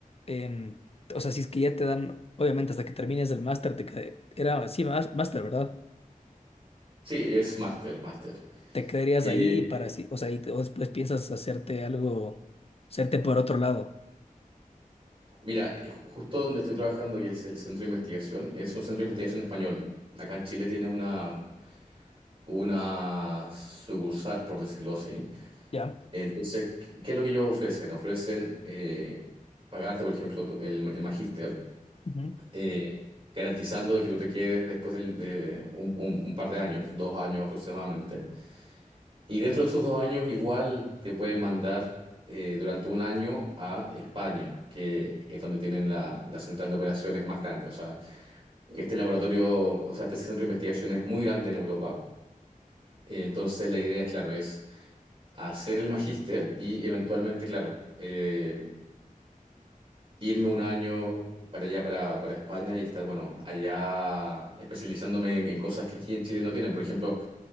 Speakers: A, on the left; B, on the right.
A: em, o sea, si es que ya te dan, obviamente hasta que termines el máster, te qued- era así, más máster, ¿verdad?
B: Sí, es máster, máster.
A: Te quedarías
B: Eh,
A: ahí para así, o sea, y, o después piensas hacerte algo, hacerte por otro lado.
B: mira, eh, ju- justo donde estoy trabajando, que es el centro de investigación, es un centro de investigación español. Acá en Chile tiene una, una sucursal, por decirlo así.
A: Ya.
B: Entonces, ¿qué qué es lo que ellos ofrecen? Ofrecen eh, pagarte, por ejemplo, tu- el, el magíster.
A: Ujú.
B: eh, garantizando de que tú te quedes después del- de un, un- un par de años, dos años aproximadamente. Y dentro de esos dos años igual te pueden mandar eh, durante un año a España, que es donde tienen la, la central de operaciones más grande. O sea, este laboratorio, o sea, este centro de investigación es muy grande en Europa. Eh, entonces la idea, claro, es hacer el magíster y eventualmente, claro, eh, irme un año para allá, para, para España y estar, bueno, allá especializándome en, en cosas que aquí en Chile no tienen. Por ejemplo,